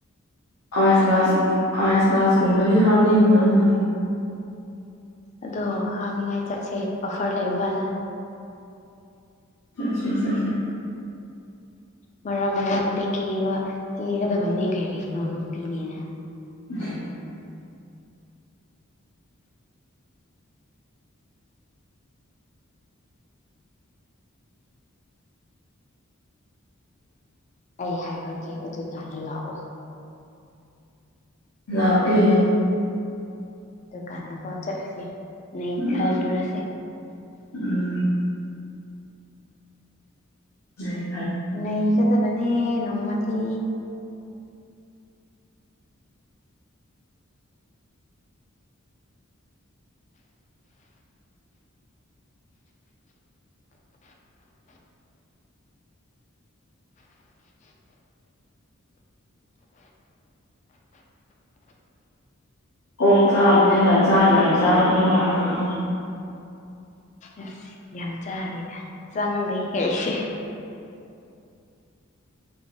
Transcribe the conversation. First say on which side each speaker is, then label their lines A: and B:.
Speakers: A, on the left (about 80°); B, on the left (about 35°).
A: ꯑꯁꯥꯁ ꯑꯥꯏꯁ ꯂꯥꯁꯀꯨꯝꯕꯗꯤ ꯍꯥꯞꯅꯤꯡ꯭ꯔꯣ ꯅꯪ
B: ꯑꯗꯣ ꯍꯥꯞꯅꯤꯉꯥꯏ ꯆꯠꯁꯦ ꯑꯣꯐꯔ ꯂꯩꯕ ꯀꯅ
A: ꯆꯦ
B: ꯃꯔꯥꯡ ꯃꯔꯥꯗꯨꯗꯤ ꯀꯦꯕ ꯀꯦꯒꯗꯕꯅꯦ ꯀꯔꯤꯅꯣ ꯅꯨꯄꯤꯅꯦꯅ
A: <inaudible>
B: ꯑꯩ ꯍꯥꯏꯔꯒꯦ ꯑꯗꯨ ꯀꯥꯟꯗ ꯂꯥꯛꯑꯣ
A: ꯂꯀꯦ
B: ꯇ ꯀꯥꯟ ꯄ ꯆꯂꯁꯤ ꯅ
A: ꯎꯝ
B: ꯈꯜꯂꯨꯔꯁꯤ
A: ꯎꯝ ꯎꯝ
B: ꯅꯩꯒꯗꯕꯅꯦ ꯅꯣꯡꯃꯗꯤ
A: ꯑꯣ ꯆꯥꯕꯅꯦꯅ ꯆꯥꯛ ꯌꯥꯝ ꯆꯥꯒꯗꯧ ꯃꯥꯂ꯭ꯔꯦꯀꯣ
B: ꯑꯁ ꯌꯥꯝ ꯆꯥꯗꯦꯅ ꯆꯪꯗꯦ ꯑꯩꯁꯦ